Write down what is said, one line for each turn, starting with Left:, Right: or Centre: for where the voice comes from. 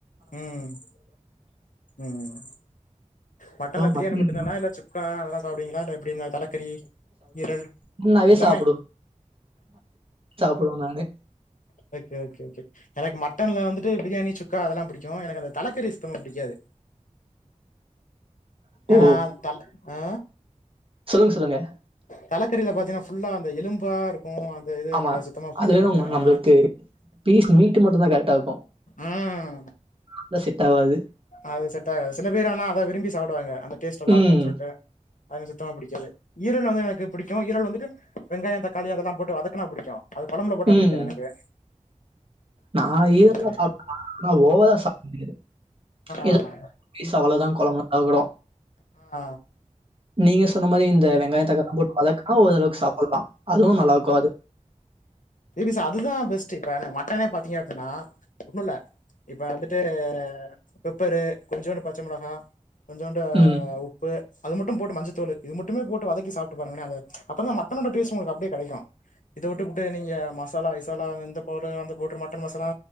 Left: ம் ம் மட்டன்ல பிரியாணி
Right: மட்டன்
Left: மட்டுதானா இல்ல சுக்கா அதெல்லா சாப்டுவீங்களா இல்ல எப்டி இந்த தலைக்கறி ஈரல்
Right: ஃபுல்லாவே
Left: எல்லாமே
Right: சாப்டு சாப்டுவோ நானே
Left: ஓகே ஓகே ஓகே எனக்கு மட்டன்ல வந்துட்டு பிரியாணி சுக்கா அதெல்லா புடிக்கு எனக்கு அந்த தலைக்கறி சுத்தமா புடிக்காது
Right: ஓ
Left: அ தல அ
Right: சொல்லுங்க சொல்லுங்க
Left: தலக்கறில பாத்தீங்கனா ஃபுல்லா அந்த எலும்பா இருக்கு அந்த இது
Right: ஆமா
Left: எனக்கு சுத்தமா புடிக்காது
Right: அதுவே நம்ம
Left: அது
Right: நம்மளுக்கு
Left: ஆ
Right: பீஸ் மீட்டு மட்டுதா கரெக்டா இருக்கு
Left: ம்
Right: அதா செட் ஆவாது
Left: அது செட் ஆகாது சில பேர் ஆனா அதை விரும்பி சாப்டுவாங்க அந்த டேஸ்ட் நல்லா
Right: ம்
Left: இருக்குன் சொல்ட்டு அது எனக்கு சுத்தமா புடிக்காது ஈரல் வந்து எனக்கு புடிக்கு ஈரல் வந்துட்டு வெங்காய தக்காளி அதெல்லா போட்டு வதக்குனா புடிக்கு அது கொழம்புல போட்டா
Right: ம்
Left: புடிக்காது எனக்கு
Right: நா
Left: அப்பற
Right: ஈரலா
Left: என்னது
Right: ஆனா ஓவரா சாப்ட முடியாது
Left: ஆ
Right: எதே ஒரு பீஸ் அவ்ளோ தா கொழம்பு அது கூட
Left: ஆ
Right: நீங்க சொன்ன மாரி இந்த வெங்காய தக்காளில்லா போட்டு வதக்குனா ஓரளவுக்கு சாப்டலா அதுவு நல்லா இருக்கு அது
Left: விபி சார் அதுதா பெஸ்ட் இப்ப ந மட்டனே பாத்தீங்க அப்டின்னா ஒன்னுல்ல இப்ப வந்துட்டு பெப்பரு கொஞ்சோண்டு பச்ச மொளகா கொஞ்சோண்டு
Right: ம்.
Left: உப்பு அது மட்டு போட்டு மஞ்சத்தூள் இது மட்டுமே போட்டு வதக்கி சாப்ட்டு பாருங்களே அத அப்போதா மட்டனோ ட டேஸ்ட் உங்களுக்கு அப்படியே கெடைக்கு இதை விட்டுபுட்டு நீங்க ஏ மசாலா கிசாலா இந்த பவுடரு அந்த powder mutton masala